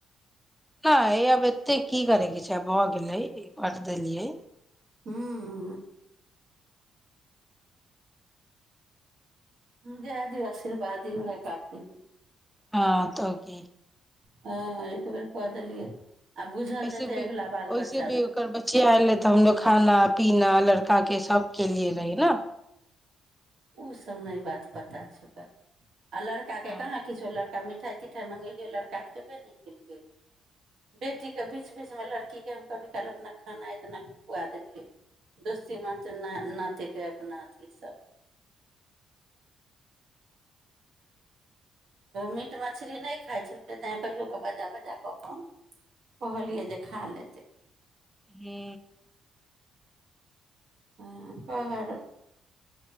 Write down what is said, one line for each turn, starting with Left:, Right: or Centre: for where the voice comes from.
Centre: नहि आब एतेक की करयके छै आब भऽ गेलै ई कटि देलियै
Right: हू जेए दीयौ आशीर्वाद ही ह काफी
Centre: ह तकी
Right: हँ एक बेर क देलियै आ बुझल
Centre: ऐसे
Right: जेतै
Centre: भी
Right: अगिला बाल
Centre: वैसे
Right: बच्चामे
Centre: भी ओकर बच्चीया आयले तऽ हमलोग खाना पीना लड़का के सबके लिए रहै ने
Right: उसभ नहि बात पता छै कर आ लड़का के
Centre: हँ
Right: कहाँ किछो लड़का लड़का मिठाइ तिठाइ मङ्गेलियै लड़का खयबे नहि कयेलकै बेटीकेँ बीच बीचमे लड़कीकेँ हम कभी काल अपना खाना इतना खुआ देलियै दोस्ती माथ न नातयके अपना अथिसँ मीट मछली नहि खाइ छलै तैँ कहिओ कऽ बजा बजा कऽ अपन कहलियै जे खा लेतै
Centre: हू
Right: हँ कहर